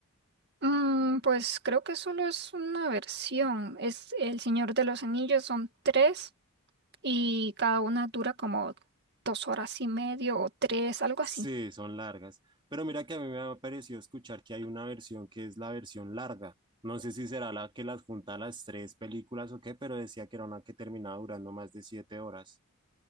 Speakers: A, on the right; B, on the right.
A: Mm, pues creo que solo es una versión. Es El Señor de los Anillos, son tres y cada una dura como dos horas y medio o tres, algo
B: Sí,
A: así.
B: son largas. Pero mira que a mí me ha parecido escuchar que hay una versión que es la versión larga. No sé si será la que las junta las tres películas o qué, pero decía que era una que terminaba durando más de siete horas.